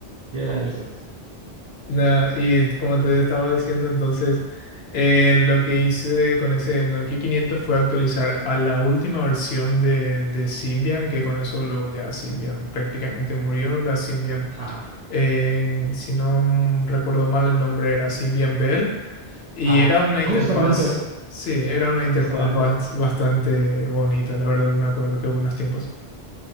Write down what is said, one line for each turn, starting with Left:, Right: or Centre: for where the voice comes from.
Right: Yo era de esos.
Left: na- y como te estaba diciendo, entonces eh, lo que hice con ese Nokia 500 fue actualizar a la última versión de, de Symbian, que con eso luego ya Symbian prácticamente murió, la Symbian.
Right: Ajá,
Left: en- si no recuerdo mal, el nombre era Symbian Bell y
Right: ajá.
Left: era una interfaz,
Right: Justamente,
Left: sí, era una interfaz
Right: justamente.
Left: bas- bastante bonita, la verdad, me acuerdo, qué buenos tiempos.